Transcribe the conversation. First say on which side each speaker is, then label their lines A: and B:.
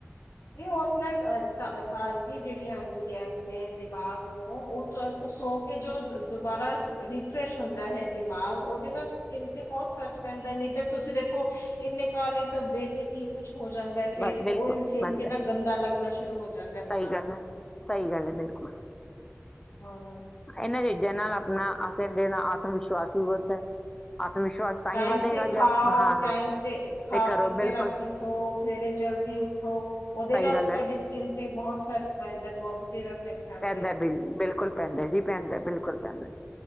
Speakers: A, on the left; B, on the left.
A: ਨਹੀਂ ਓਹ ਆਪਨਾ ਅ, ਤਾਜ਼ਗੀ ਜਿਹੜੀ ਆਉਂਦੀ ਐ, ਆਪਨੇ ਦਿਮਾਗ ਨੂੰ ਓਹ ਤਤ ਸੋਕੇ ਜੋ, ਦੁਬਾਰਾ ਰੀਫਰੈਸ਼ ਹੁੰਦਾ ਹੈ ਦਿਮਾਗ, ਓਹਦੇ ਨਾਲ ਸਕਿੰਨ ਤੇ ਬਹੁਤ ਫ਼ਰਕ ਪੈਂਦਾ, ਨਹੀਂ ਤਾਂ ਤੁਸੀਂ ਦੇਖੋ, ਕਿੰਨੇ ਕਾਲੇ ਧੱਬੇ ਤੇ ਕੀ ਕੁਛ ਹੋ ਜਾਂਦਾ ਫੇਸ
B: ਬ
A: ਤੇ,
B: ਬਿਲਕੁਲ
A: ਓਹ ਫੇਸ
B: ਬੰਦ
A: ਕਿੰਨਾ
B: ਹੈ
A: ਗੰਦਾ ਲੱਗਨਾ ਸ਼ੁਰੂ ਹੋ ਜਾਂਦਾ ਆਪਨਾ।
B: ਸਹੀ ਗੱਲ ਹੈ ਸਹੀ ਗੱਲ ਐ, ਬਿਲਕੁਲ।
A: ਹੰ।
B: ਇਹਨਾਂ ਚੀਜ਼ਾਂ ਨਾਲ ਆਪਨਾ ਆਹ ਕਹਿੰਦੇ ਨਾ, ਆਤਮ ਵਿਸ਼ਵਾਸ ਵੀ ਵਦਦਾ ਏ, ਆਤਮ ਵਿਸ਼ਵਾਸ ਤਾਂ
A: ਟਾਈਮ
B: ਹੀ ਵਧੇਗਾ
A: ਤੇ
B: ਜੇ
A: ਖਾਓ,
B: ਆਪਾਂ ਹਾਂ
A: ਟਾਈਮ ਤੇ ਖਾ-ਪੀਕੇ
B: ਕਰੋ ਬਿਲਕੁਲ
A: ਰਾਤੀ ਸੌਵ ਸਵੇਰੇ ਜਲਦੀ ਉੱਠੋ। ਉਹਦੇ
B: ਸਹੀ
A: ਨਾਲ
B: ਗੱਲ
A: ਵੀ ਤੁਹਾਡੀ
B: ਹੈ।
A: ਸਕਿਨ ਤੇ ਬਹੁਤ ਸਰਕ ਪੈਂਦਾ, ਪੌਜੀਟੀਵ ਅਫੈਕਟ
B: ਪੈਂਦਾ
A: ਆਂਦੇਨ।
B: ਬਿਲ ਬਿਲਕੁਲ ਪੈਂਦਾ ਜੀ ਪੈਂਦਾ, ਬਿਲਕੁਲ ਪੈਂਦਾ।